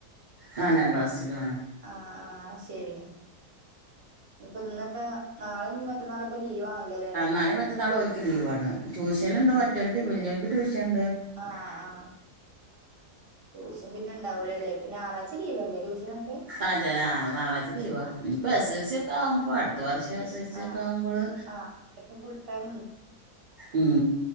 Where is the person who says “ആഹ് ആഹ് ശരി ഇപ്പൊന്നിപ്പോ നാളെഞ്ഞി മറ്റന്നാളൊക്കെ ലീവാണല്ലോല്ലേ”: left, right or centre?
Right